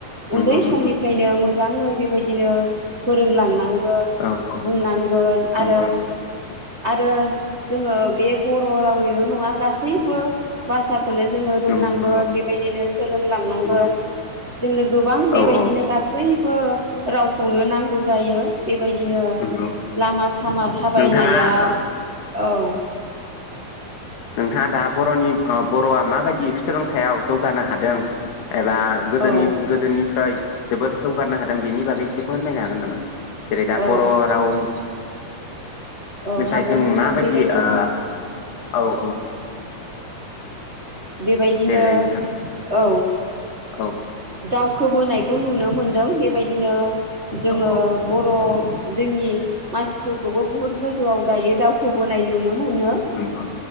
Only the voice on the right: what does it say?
उन्दै
समनिफ्रायनो मोजांङै बेबायदिनो फोरोंलांनां गोन
बुंनांगोन आरो
आरो जोंङो बे बर रावैल नङा गासैबो भाषा खौनो जोंङो रोंनांगोन
बेबायदिनो सोलोंलांनांगोन।
जोंनो गोबां बेबायदिनो
गासैबो रावखौनो नांगौ जायो। बेबायदिनो
लामा सामा थाबायनायाव
औ
औ
औ
औ
हागोन
नोंथां
बेबायदिनो
बेबायदिनो
औ
दावक्ष खोबोनायखौ नुनो मोनदों बेबायदिनो जोंङो
बर जोंनि मानसिफोरखौबो बुहुत गोजौआव दायो दावखोबोनाय नुनो मोनो